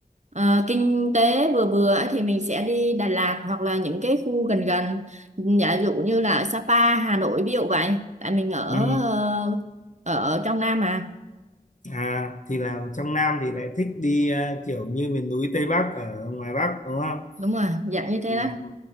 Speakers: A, on the right (about 50°); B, on the left (about 55°).
A: ờ, kinh tế vừa vừa ấy, thì mình sẽ đi Đà Lạt hoặc là những cái khu gần gần giả dụ như là ở Sapa Hà Nội ví dụ vậy tại mình ở
B: Ừ.
A: ờ, ở, ở trong Nam mà
B: À, thì là trong Nam thì lại thích đi ờ, kiểu như miền núi Tây Bắc ở ngoài Bắc đúng không
A: đúng rồi dạng như
B: Mà
A: thế đó